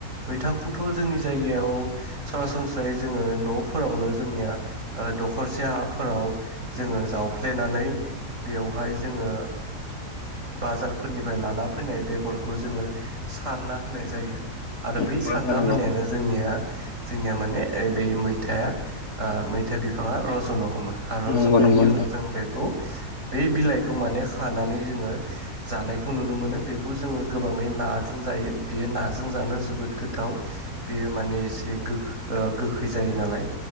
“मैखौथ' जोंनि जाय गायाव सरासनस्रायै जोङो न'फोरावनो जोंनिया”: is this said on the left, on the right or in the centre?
Right